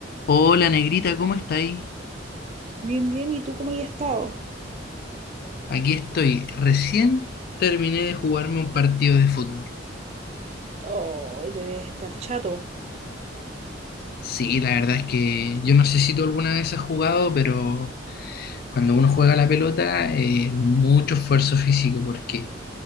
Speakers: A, on the left; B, on the right.
A: Hola negrita, ¿cómo estáis?
B: Bien, bien, ¿y tú cómo has estado?
A: Aquí estoy. Recién terminé de jugarme un partido de fútbol.
B: Oh, debes estar chato.
A: Sí, la verdad es que yo no sé si tú alguna vez has jugado, pero cuando uno juega la pelota, eh, mucho esfuerzo físico porque